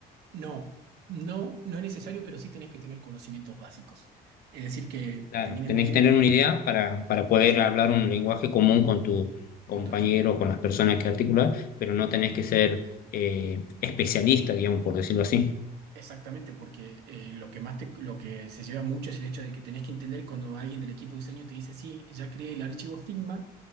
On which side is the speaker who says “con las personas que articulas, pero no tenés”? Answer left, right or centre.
Left